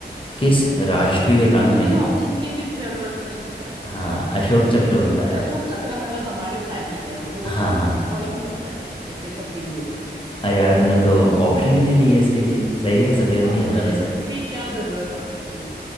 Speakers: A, on the left (about 30°); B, on the right (about 30°).
A: किस राष्ट्रीय
B: अच्छा <laughs> इसको
A: रंग
B: तो
A: में
B: मुझे ऑप्शन की भी जरूरत नहीं है यार
A: हाँ अशोक चक्र होता है
B: अशोक चक्र मतलब हमारे फ्लैग में है और वो
A: हाँ हाँ
B: व्हाइट में होता है या फिर सफेद बोल सकते हैं
A: अरे यार तूने तो ऑप्शन भी नहीं लिए इसके लिए सही है सफ़ेद
B: हाँ
A: नहीं होता वैसे
B: इसके लिए क्या जरूरत ऑप्शन की